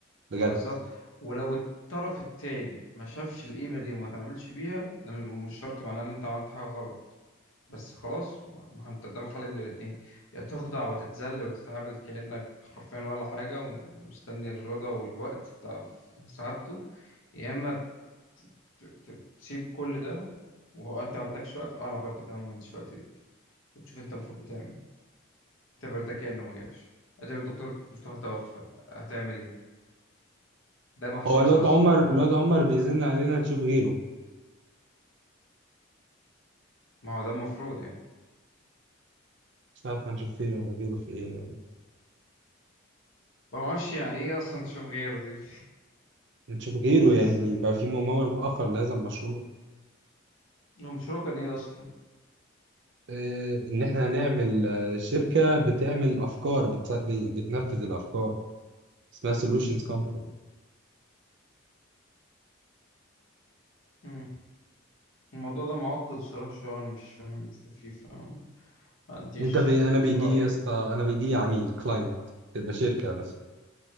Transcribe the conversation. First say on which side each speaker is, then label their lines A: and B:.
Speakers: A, on the right; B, on the left.
A: بجد
B: ما بالظبط ولو الطرف التاني ما شافش القيمة دي وما تعاملش بيها ده م- مش شرط معناه إن أنت عملت حاجة غلط بس خلاص ما ما أنت قدامك حل من الاتنين يا تخضع وتتذل وتتعامل كأنك حرفيا ولا حاجة وم- ومستني الرضا والوقت بتاع سعادته يا إما ت- ت- تسيب كل ده وأنت ما عندكش وقت أه أنا برضه كمان ما عنديش وقت ليه وتشوف انت المفروض بتعمل ايه اعتبر ده كأنه ما جاش اعتبر الدكتور مصطفى توفى هتعمل ايه ده ما حصلش
A: هو الواد
B: اصلا
A: عمر
B: هو
A: الواد عمر بيزن علينا نشوف غيره
B: ما هو ده المفروض يعني
A: مش عارف هنشوف غيره غيره في ايه
B: ما اعرفش يعني ايه اصلا تشوف غيره دي
A: نشوف غيره
B: بس
A: يعني
B: هو
A: يبقى في ممول اخر لهذا المشروع
B: المشروع كان ايه اصلا
A: اه ان احنا هنعمل آه، شركة بتعمل افكار بت... بي- بتنفذ الافكار اسمها solutions company
B: مم. الموضوع ده معقد صراحة شوية انا مش فاهم فيه فاهم ما عنديش
A: انت بي... انا بيجي
B: رأي
A: لي يا اسطى انا بيجي لي عميل كلاينت تبقى شركة بس